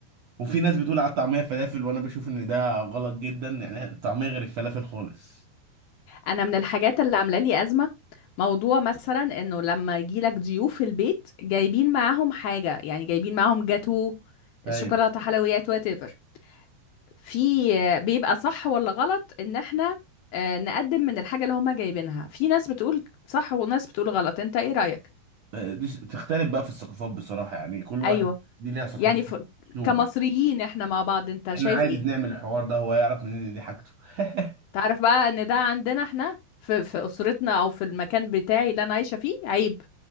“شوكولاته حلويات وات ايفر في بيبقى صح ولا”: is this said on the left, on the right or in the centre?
Left